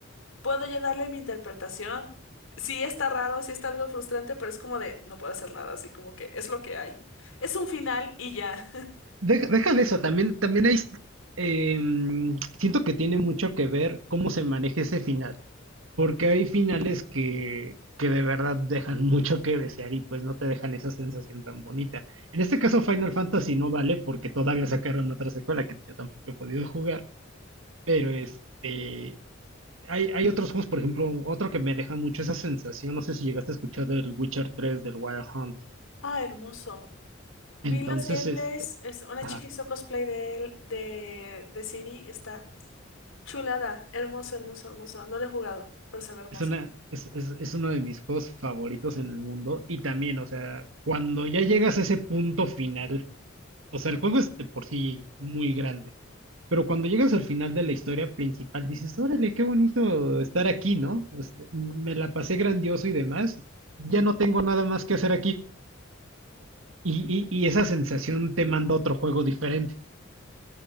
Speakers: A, on the left; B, on the right.
A: puedo yo darle mi interpretación. Sí está raro, sí está algo frustrante, pero es como de, no puedo hacer nada, así como que es lo que hay. Es un final y ya. <laughs>
B: deja, deja de eso, también, también hay, em, siento que tiene mucho que ver cómo se maneja ese final. Porque hay finales que, que de verdad dejan <laughs> mucho que desear y pues no te dejan esa sensación tan bonita. En este caso Final Fantasy no vale porque todavía sacaron otra secuela que yo tampoco he podido jugar, pero este hay, hay otros juegos, por ejemplo, otro que me deja mucho esa sensación, no sé si llegaste a escuchar del Witcher tres del Wild Hunt.
A: Ah, hermoso. Vi
B: Entonces,
A: los gameplays,
B: este,
A: es, una
B: ajá,
A: chica hizo cosplay de él, de, de Siri, está chulada, hermoso, hermoso, hermoso. No lo he jugado, pero se ve hermoso.
B: es una, es, es, es uno de mis juegos favoritos en el mundo y también, o sea, cuando ya llegas a ese punto final O sea, el juego es de por sí muy grande. Pero cuando llegas al final de la historia principal, dices, órale, qué bonito estar aquí, ¿no? O sea, me la pasé grandioso y demás. Ya no tengo nada más que hacer aquí. Y, y, y esa sensación te manda a otro juego diferente.